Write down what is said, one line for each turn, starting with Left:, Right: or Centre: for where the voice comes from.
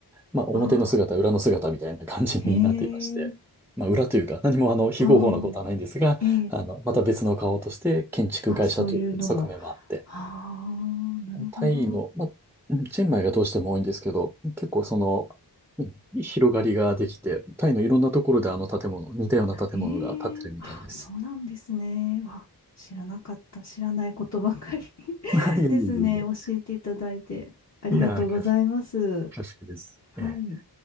Centre: まあ、表の姿、
Left: ああ、
Centre: 裏の姿みたいな感じになっていまして、
Left: へえ。
Centre: まあ、裏というか、何もあの、非合法なことはないんですが、
Left: ああ、ええ
Centre: あの、また別の顔として建築会社という側面もあって、
Left: あ、そういうのも。ああ、なるほど。
Centre: タイの、まあ、うんチェンマイがどうしても多いんですけど、結構その、うん広がりができて、タイのいろんなところであの建物、似たような建物が建ってるみたいです。
Left: ええあ、そうなんですね。わ、知らなかった。知らないことばかり <laughs>
Centre: <laughs> いやいやいやい
Left: ですね。教えていただいてありがとうございます。
Centre: や、いやー、恐縮恐縮です。
Left: はい。
Centre: ええ